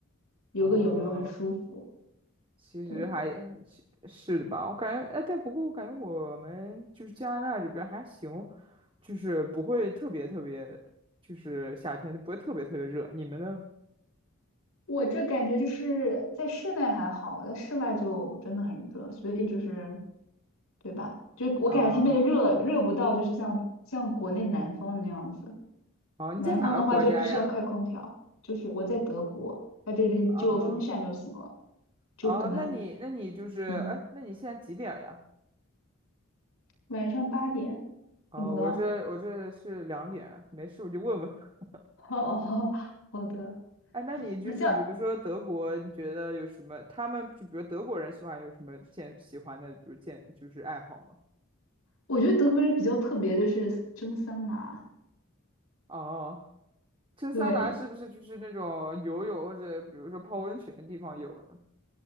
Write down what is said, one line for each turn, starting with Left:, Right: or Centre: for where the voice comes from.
Left: 游个泳就很舒服。
Right: 哦，其实还还其是的吧，
Left: 对，
Right: 我感觉，哎，但不过我感觉我们就是加拿大这边还行，就是不会特别特别，就是夏天不会特别特别热。你们呢？
Left: 我这感觉就是在室内还好，在室外就真的很热，所以就是对吧？就我感觉特别的热，
Right: 啊、
Left: 热不到就是像像国内南方那样子。
Right: 啊，你在哪个国家呀？
Left: 南方的话就必须要开空调，就是我在德国，在这边就有风扇就行了，
Right: 啊、
Left: 就可能
Right: 啊，那你那你就是，
Left: 嗯
Right: 哎，那你现在几点了呀？
Left: 晚上八点，
Right: 啊，
Left: 怎么了？
Right: 我这我这是两点，没事我就问问。<laughs>
Left: <laughs> 哦，好的，
Right: 哎，那你就是比如说德国，
Left: 那像
Right: 你觉得有什么？他们就比如德国人喜欢有什么健喜欢的，比如健就是爱好吗？
Left: 我觉得德国人比较特别，就是蒸桑拿，
Right: 哦，蒸桑拿是不是就是那种游泳或者比如说泡温泉的地方有呢？
Left: 对，